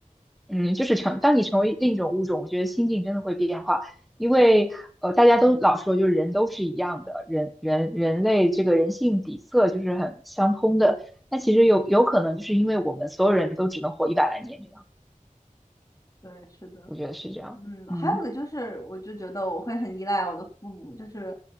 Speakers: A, in the centre; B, on the left.
A: 嗯，就是成当你成为另一种物种，我觉得心境真的会变化，因为呃，大家都老说就是人都是一样的，人人人类这个人性底色就是很相通的，那其实有有可能就是因为我们所有人都只能活一百来年这样，
B: 对，是的。
A: 我觉得是这样，
B: 嗯，
A: 嗯
B: 还有个就是，我就觉得我会很依赖我的父母，就是